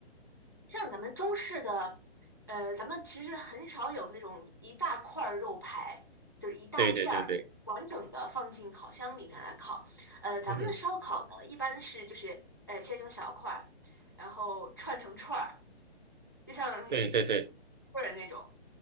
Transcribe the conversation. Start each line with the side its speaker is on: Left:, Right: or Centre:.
Left: 像咱们中式的，呃，咱们其实很少有那种一大块儿肉排，就是一大片儿完整的放进烤箱里面来烤。
Right: 对对对对，
Left: 呃，咱们的烧烤呢，
Right: 嗯哼，
Left: 一般是就是呃切成小块儿，然后串成串儿，就像 s
Right: 对对对
Left: 人那种。